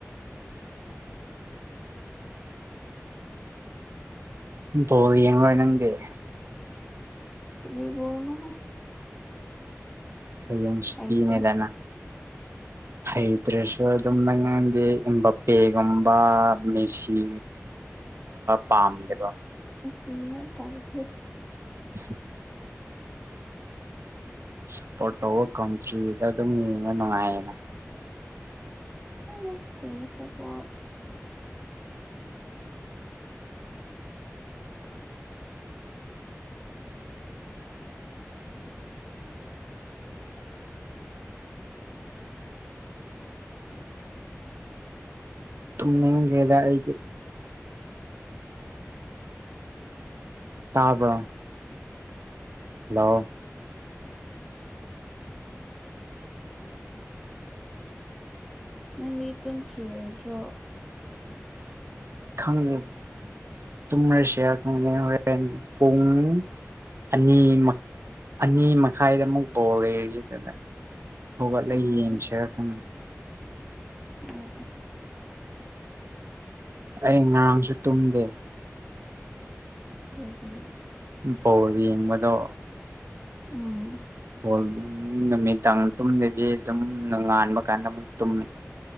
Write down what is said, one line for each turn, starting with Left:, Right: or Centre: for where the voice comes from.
Right: ꯇꯣ ꯌꯦꯡꯉꯣꯏ ꯅꯪꯗꯤꯦ
Centre: ꯑꯗꯨꯕꯨꯣꯅꯣ ꯍꯥꯏꯦ
Right: ꯍꯌꯦꯡ ꯁꯨꯇꯤꯅꯦꯗꯅ
Centre: ꯍꯩꯇꯦ
Right: ꯍꯩꯗ꯭ꯔꯦꯁꯨꯑꯗꯝꯗꯗꯤ ꯏꯝꯕꯄꯦꯒꯨꯝ ꯃꯦꯁꯤ ꯄꯝꯗꯕ
Centre: ꯀꯔꯤꯅꯣ ꯇꯥꯡꯈꯔꯦꯗ
Right: <unintelligible> ꯁꯞꯄꯣꯔꯠ ꯇꯧꯕ ꯀꯟꯇ꯭ꯔꯤꯗ ꯑꯗꯨꯝ ꯌꯦꯡꯕ ꯅꯨꯡꯉꯥꯏꯌꯦꯅ
Centre: <unintelligible>
Right: ꯇꯨꯅꯤꯡꯈꯔꯦꯗ ꯑꯩꯗꯤ ꯇꯥꯕꯔꯣ ꯍꯜꯔꯣ
Centre: ꯅꯪꯗꯤ ꯇꯨꯝꯈꯤꯔꯣꯏꯗ꯭ꯔꯣ
Right: ꯈꯪꯗꯦ ꯇꯨꯔꯁꯦ <unintelligible> ꯍꯔꯦꯟ ꯄꯨꯡ ꯑꯅꯤ ꯑꯅꯤ ꯃꯈꯥꯏꯗ ꯑꯃꯨꯛ ꯕꯣꯜ ꯂꯩꯌꯦꯗꯅ ꯍꯣꯒꯠꯂ
Centre: ꯎꯝ
Right: ꯌꯦꯡꯁꯤꯔ ꯈꯪꯗꯦ
Centre: ꯑꯣ ꯑꯣ
Right: ꯑꯩ ꯉꯔꯥꯡꯁꯨ ꯇꯨꯝꯗꯦ
Centre: ꯇꯒꯤ
Right: ꯕꯣꯜ ꯌꯦꯡꯕꯗꯣ
Centre: ꯎꯝ
Right: ꯕꯣꯜ ꯅꯨꯃꯤꯗꯥꯡ ꯇꯨꯝꯗꯕꯤ ꯑꯗꯨꯝ ꯉꯥꯟꯕ ꯀꯥꯟꯗ ꯑꯃꯨꯛ ꯇꯨꯝꯃꯤ